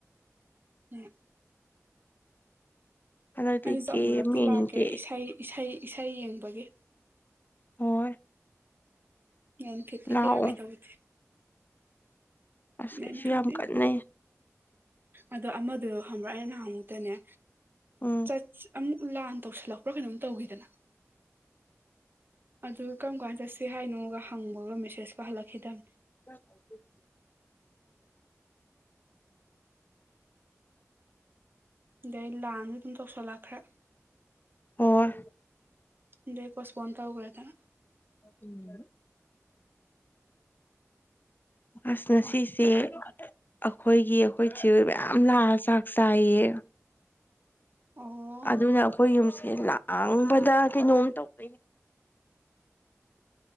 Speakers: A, on the right; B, on the left.
A: <unintelligible>
B: ꯍꯟꯗꯛꯇꯤ
A: ꯑꯩꯁꯨ
B: ꯀꯦꯝ
A: ꯑꯃꯨꯨꯔꯛꯇꯤ
B: ꯌꯦꯡꯅꯤꯡꯗꯦ
A: ꯂꯥꯛꯀꯦ ꯏꯁꯩ ꯏꯁꯩ ꯏꯁꯩ ꯌꯦꯡꯕꯒꯤ꯫
B: ꯍꯣꯏ
A: ꯌꯦꯟ ꯐꯤꯠꯇꯤ
B: ꯂꯥꯛꯑꯣ
A: ꯀꯌꯥ ꯀꯩꯗꯧꯗꯦ꯫
B: ꯑꯁ
A: ꯃꯦꯟꯐꯤꯠꯇꯤ
B: ꯀꯩꯁꯨ ꯌꯥꯝ ꯀꯟꯅꯩ
A: ꯑꯗꯣ ꯑꯃꯗꯣ ꯍꯪꯕ꯭ꯔꯥ ꯑꯩꯅ ꯅꯍꯥꯟ ꯃꯨꯛꯇꯅꯦ
B: ꯎꯝ
A: ꯆꯠ ꯑꯃꯨꯛ ꯂꯥꯟ ꯇꯧꯁꯤꯜꯂꯛꯄ꯭ꯔꯥ ꯀꯩꯅꯣꯝ ꯇꯧꯈꯤꯗꯅ꯫ ꯑꯗꯨ ꯀꯔꯝ ꯀꯥꯟ ꯆꯠꯁꯤ ꯍꯥꯏꯅꯣꯒ ꯍꯪꯕꯒ ꯃꯦꯁꯦꯁꯀ ꯍꯜꯂꯛꯈꯤꯗꯝꯅꯦ꯫
B: <unintelligible>
A: ꯑꯗꯩ ꯂꯥꯟ ꯁꯨ ꯑꯗꯨꯝ ꯇꯧꯁꯜꯂꯛꯈ꯭ꯔꯦ꯫
B: ꯑꯣꯢ꯫
A: ꯑꯗꯩ ꯄꯣꯁꯄꯣꯟ ꯇꯧꯒ꯭ꯔꯦꯗꯅ꯫
B: ꯎꯝ꯫
A: <unintelligible>
B: ꯑꯁ ꯉꯥꯁꯤꯁꯦ ꯑꯈꯣꯏꯒꯤ ꯑꯈꯣꯏ ꯆꯦꯍꯣꯏ ꯃꯌꯥꯝ ꯂꯥꯛꯑ ꯆꯥꯛ ꯆꯥꯏꯌꯦ
A: ꯑꯣ
B: ꯑꯗꯨꯅ ꯑꯩꯈꯣꯏ ꯌꯨꯝꯁꯦ ꯂ ꯂꯥꯡꯕꯗ ꯀꯩꯅꯣꯝ ꯇꯧꯗꯣꯏꯅꯦ